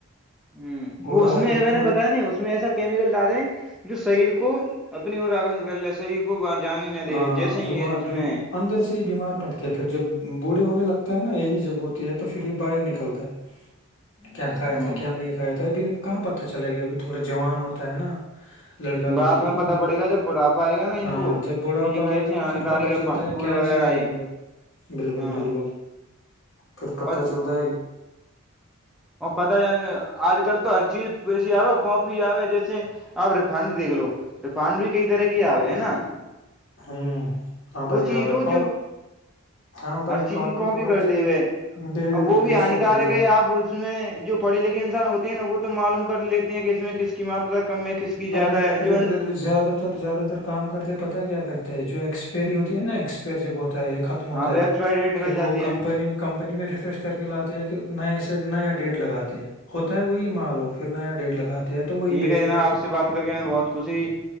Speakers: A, in the centre; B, on the left (about 65°).
A: ہ وہ
B: اور
A: اس
B: آدھے
A: میں میں
B: تو
A: نے بتایا نہیں اس میں ایسا کیمیکل ڈالے ہیں جو شریر کو اپنی اور آکشت کر لے سبح کو جان ہی نہ دے
B: ہاں
A: جیسے
B: بیمار
A: ہی اس
B: بیم
A: میں
B: اندر سے ہی بیمار پڑتے ہیں پھر جب بوڑھے ہونے لگتے ہیں نا ایج جب ہوتی ہے تو پھر یہ باہر نکلتا ہے
A: <unintelligible>
B: کیا کھایا
A: ہ
B: تھا کیا نہیں کھایا تھا ابھی کہاں پتا چلاے گیا ابھی تھوڑا جوان ہوتا ہے نا لڑکا لڑکی
A: بعد میں
B: ان
A: پتا پڑے
B: کو
A: گا جب بڑھاپا آئے گا نا ان
B: ہ
A: کو
B: ا
A: کہ یہ
B: آئے
A: کیسے
B: گا
A: ہانکارک
B: تو پھر پت چلتا
A: فاسٹ
B: ہے
A: فوڈ
B: کیا
A: وغیرہ
B: چیز
A: یہ
B: ہے اندر بالکل
A: ہاں
B: بالکل پھر پتا
A: اور
B: چلتا ہے کہ
A: اور پتا جانے گ آج کل تو ہر چیز پیسی آ کافی آ جیسے اب ریفنڈ دیکھ لو ریفنڈ بھی کئی طرح کی آو ہے نا
B: ہوں ہاں بھائی
A: وہ چیز
B: ہاں بھائی
A: رو
B: کاپ
A: جو
B: ہاں بھائی
A: ہر چیز کی کاپی
B: تو ہر
A: کر
B: چیز
A: دے ہوئے
B: بے
A: اب وہ بھی
B: بے
A: ہانیکارک
B: شک بے شک
A: ہے آپ اس میں جو پڑے لکھے انسان ہوتے ہیں نا وہ تو معلوم کر لیتی ہیں کہ اس میں کس ق مات رکھ کم میں کس کی
B: ارے
A: زیادہ ہے
B: ارے
A: جو
B: ارے زیادہ زیادہ تر کام کرتے ہیں پتا کیا کرتے ہیں جو ایکسپری ہوتی ہے نا ایکسپئر جب ہوتا ہے خ ختمتا
A: ہاں ویکس
B: ہے
A: وائڈ ریٹ نکل
B: پھر
A: جاتی
B: وہ
A: ہے
B: کمپنی کمپنی میں ریفریش کر کے لاتے ہیں کہ نئے سے نیا ڈیٹ لگاتے ہیں ہوتا ہے وہی مال ہو پھر نیا ڈیٹ لگاتے ہیں تو وہی
A: ٹھیک
B: بیچتے
A: ہے جناب آپ سے بات کر کے میں بہت خوشی